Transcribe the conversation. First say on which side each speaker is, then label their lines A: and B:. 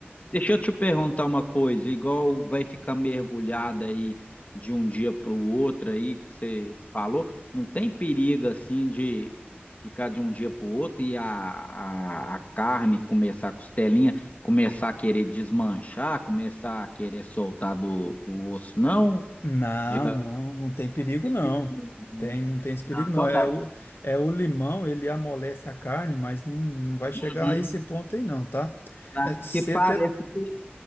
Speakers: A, on the left; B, on the left.
A: deixa eu te perguntar uma coisa, igual vai ficar mergulhada aí de um dia para o outro aí que você falou, não tem perigo assim de ficar de um dia para o outro e a, a, a carne começar, a costelinha, começar a querer desmanchar, começar a querer soltar do, do osso, não?
B: Não,
A: Já... Não,
B: não, não tem perigo
A: tem
B: não.
A: perigo não, né?
B: Tem, não tem esse perigo
A: Não, então
B: não. É
A: tá.
B: o, é o limão, ele amolece a carne, mas não, não vai chegar
A: Uhum.
B: a esse ponto aí não, tá?
A: Tá.
B: É, Você
A: Porque parece
B: até...
A: que